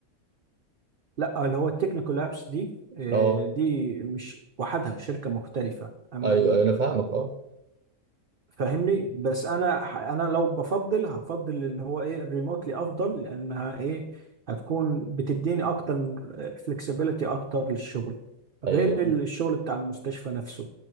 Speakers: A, on the right; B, on the right.
A: لا اللي هو التكنيكال لابس دي آه،
B: اه
A: دي مش وحدها شركة مختلفة اما
B: ايوه أيوة، انا فاهمك اه
A: فاهمني بس انا ح- انا لو بفضل هفضل اللي هو ايه الريموتلي افضل لانها ايه هتكون بتديني اكتر من فلكسبيليتي اكتر للشغل غير
B: ايوه
A: الشغل بتاع المستشفى نفسه